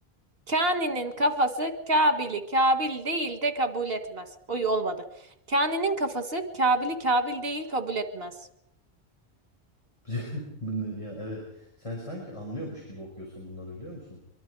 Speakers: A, on the right (about 65°); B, on the left (about 30°).
A: Kani'nin kafası Kabil'i Kabil değil de kabul etmez. Oy olmadı. Kani'nin kafası Kabil'i Kabil değil kabul etmez.
B: <laughs> Bu ne Ya evet. Sen sanki anlıyormuş gibi okuyorsun bunları biliyor musun?